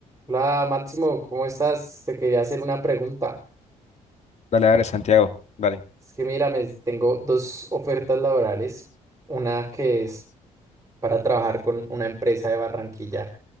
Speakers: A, on the right; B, on the left.
A: Hola Máximo, ¿cómo estás? Te quería hacer una pregunta.
B: Dale, dale, Santiago, dale.
A: Es que mira, me tengo dos ofertas laborales. Una que es para trabajar con una empresa de Barranquilla,